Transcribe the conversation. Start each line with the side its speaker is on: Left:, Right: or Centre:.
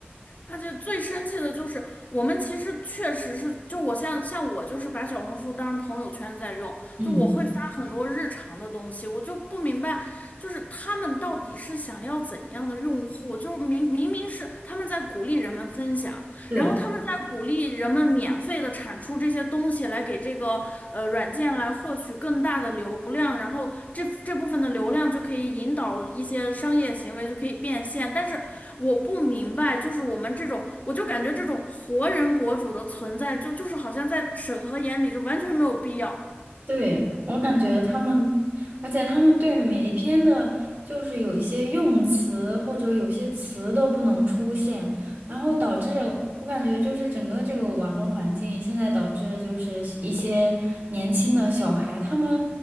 Left: 而且最生气的就是，我们其实确实是，就我像像我就是把小红书当朋友圈在用，
Right: 嗯，
Left: 就我会发很多日常的东西，我就不明白，就是他们到底是想要怎样的用户？就是明明明是他们在鼓励人们分享，
Right: 对，
Left: 然后他们在鼓励人们免费的产出这些东西，来给这个呃软件来获取更大的流量，然后这这部分的流量就可以引导一些商业行为，就可以变现。但是我不明白，就是我们这种，我就感觉这种活人博主的存在就就是好像在审核眼里就完全没有必要。
Right: 对，我感觉他们，而且他们对每一篇的，就是有一些用词或者有些词都不能出现，然后导致我感觉就是整个这个网络环境现在导致就是一些年轻的小孩，他们